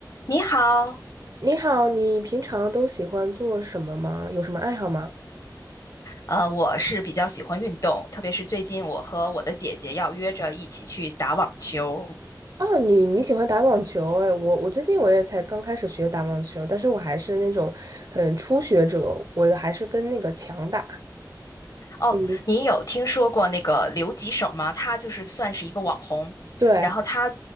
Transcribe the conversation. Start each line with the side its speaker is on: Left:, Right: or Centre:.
Left: 你好，
Right: 你好，你平常都喜欢做什么吗？有什么爱好吗？
Left: 呃，我是比较喜欢运动，特别是最近我和我的姐姐要约着一起去打网球。
Right: 哦，你你喜欢打网球？哎，我我最近我也才刚开始学打网球，但是我还是那种很初学者，我还是跟那个强打。
Left: 哦，
Right: 嗯，
Left: 你有听说过那个刘吉手吗？他就是算是一个网红，
Right: 对，
Left: 然后他，